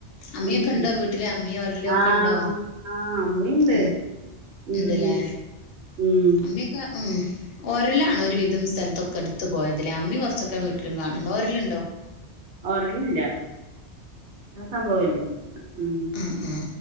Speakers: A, on the left (about 60°); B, on the right (about 70°).
A: അമ്മിയൊക്കെ
B: ഉം
A: ഉണ്ടോ വീട്ടിലെ അമ്മിയോ ഒരിലോ ഒക്കെണ്ടോ
B: ആഹ് ആഹ് അമ്മീണ്ട്
A: ഉം ഉന്തല്ലേ
B: ഉം ഉം
A: അമ്മിയൊക്കെ ഉ ഒരലാണോ ഒരു വിധം സ്ഥലത്തൊക്കെ എടുത്ത് പോയതില് അമ്മി കുറച്ചൊക്കെ വീട്ടിലും കാണണുണ്ട് ഓരലുണ്ടോ
B: ഒരലില്ല ആ സംഭവവില്ല ഉ
A: ആ ആ